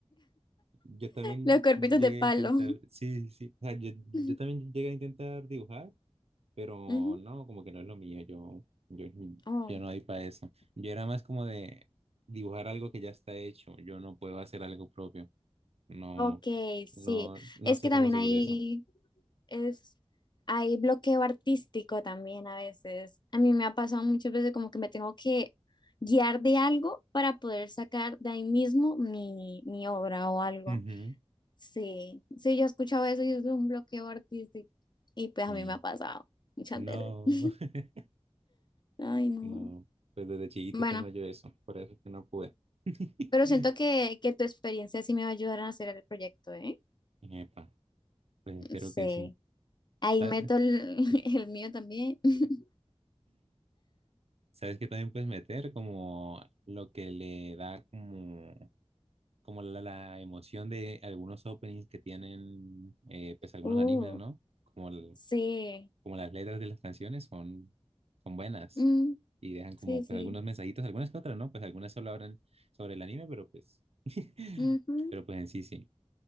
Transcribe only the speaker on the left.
Los cuerpitos
de palo.
<laughs>
Ujú.
Oh,
ok,
sí.
Es
que
también
hay,
es, hay bloqueo artístico también a veces. A mí me ha pasado muchas veces como que me tengo que guiar de algo para poder sacar de ahí mismo mi, mi obra o algo.
Sí, sí, yo he escuchado eso y es un bloqueo artístico. Y pues
a mí me ha pasado muchas
veces. <laughs>
Ay, no.
Bueno,
pero siento que, que tu experiencia sí me va a ayudar a hacer el proyecto, ¿eh?
Sí.
Ahí
meto el, <laughs> el mío también. <laughs>
Uh,
sí.
Mm,
sí, sí.
Ujú.